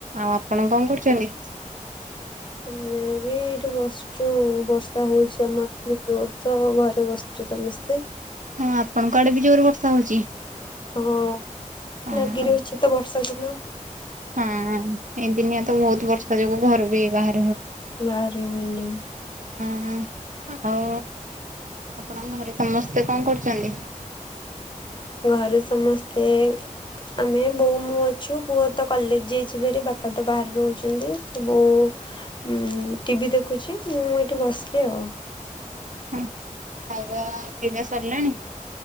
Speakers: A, on the right; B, on the left.
A: ଆଉ ଆପଣ କଣ କରୁଛନ୍ତି?
B: ମେ ବି ଏଇଠୁ ବସଛୁ ବର୍ଷା ହଉଛି ଆମର ଜୋର ତ ଘରେ ବସିଛୁ ସମସ୍ତେ।
A: ହଁ ଆପଣଙ୍କ ଆଡେ ବି ଜୋର ବର୍ଷା ହଉଛି?
B: ହଁ
A: ହଁ
B: ଲାଗି ରହିଛି ତ ବର୍ଷା ଦିନ।
A: ହଁ ଏ ଦିନିଆ ତ ବହୁତ ବର୍ଷା ଯୋଗୁ ଘରୁ ବି ବାହାରେ
B: ବାହାରି ହେଉନି।
A: ହୁଁ ହଉ ଆପଣଙ୍କ ଘରେ ସମସ୍ତେ କଣ କରୁଛନ୍ତି?
B: ଘରେ ସମସ୍ତେ ଆମେ ବୋଉ ମୁଁ ଅଛୁ ପୁଅ ତ କଲେଜ ଯାଇଛି ଭାରି ବାପା ତ ବାହାରୁ ରହୁଛନ୍ତି ତ ବୋଉ ଉଁ ଟିଭି ଦେଖୁଛି ମୁଁ ଏଠି ବସିଛିି ଆଉ
A: ହଁ ଖାଇବା ପିବା ସରିଲାଣି?